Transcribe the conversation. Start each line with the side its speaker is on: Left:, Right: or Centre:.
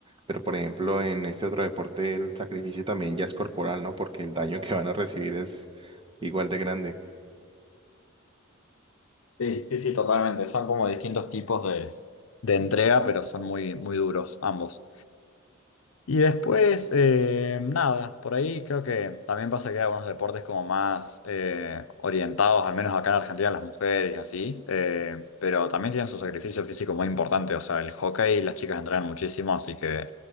Right: Pero por ejemplo, en este otro deporte el sacrificio también ya es corporal, ¿no? Porque el daño que van a recibir es igual de grande.
Left: Sí, sí, sí, totalmente. Son como distintos tipos de, de entrega, pero son muy, muy duros ambos. Y después, eh, nada, por ahí creo que también pasa que hay algunos deportes como más eh, orientados, al menos acá en Argentina, a las mujeres y así, eh, pero también tienen su sacrificio físico muy importante, o sea, el hockey las chicas entrenan muchísimo, así que